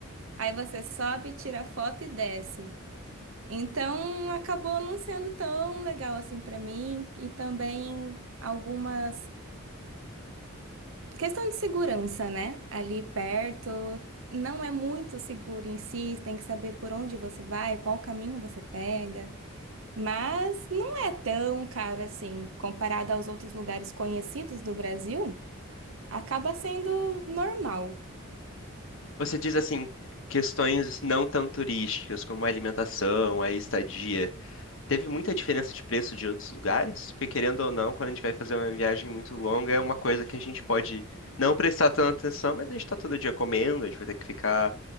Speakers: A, on the right; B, on the left.
A: Aí você sobe, tira foto e desce. Então acabou não sendo tão legal assim pra mim e também algumas questão de segurança, né? Ali perto não é muito seguro em si, tem que saber por onde você vai, qual caminho você pega, mas não é tão caro assim comparado aos outros lugares conhecidos do Brasil, acaba sendo normal.
B: Você diz assim, questões não tão turísticas, como a alimentação, a estadia. Teve muita diferença de preço de outros lugares? Porque, querendo ou não, quando a gente vai fazer uma viagem muito longa, é uma coisa que a gente pode não prestar tanta atenção, mas a gente está todo dia comendo, a gente vai ter que ficar,